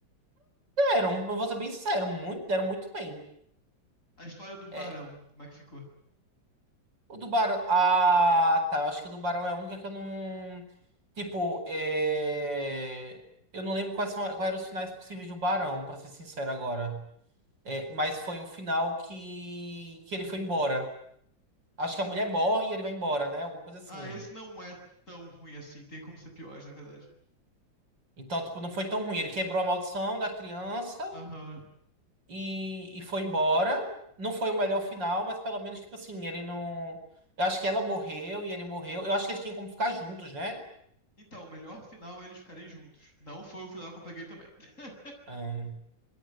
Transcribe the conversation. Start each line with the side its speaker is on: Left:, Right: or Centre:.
Right: Deram, eu vou ser bem sincero, muito, deram muito bem.
Left: A história do Barão,
Right: É,
Left: como é que ficou?
Right: o do Barão. Ah, tá. Eu acho que o do Barão é a única que eu não. Tipo, é, eu não lembro quais são, quais eram os finais possíveis do Barão, pra ser sincero agora. É, mas foi o final que, que ele foi embora. Acho que a mulher morre e ele vai embora, né? Alguma coisa assim.
Left: Ah, esse não é tão ruim assim. Tem como ser pior, na verdade.
Right: Então, tipo, não foi tão ruim. Ele quebrou a maldição da criança
Left: Aham.
Right: e, e foi embora. Não foi o melhor final, mas pelo menos, tipo assim, ele não. Eu acho que ela morreu e ele morreu. Eu acho que eles tinham como ficar juntos, né?
Left: Então, o melhor final é eles ficarem juntos. Não foi o final que eu peguei também. <laughs>
Right: Hum,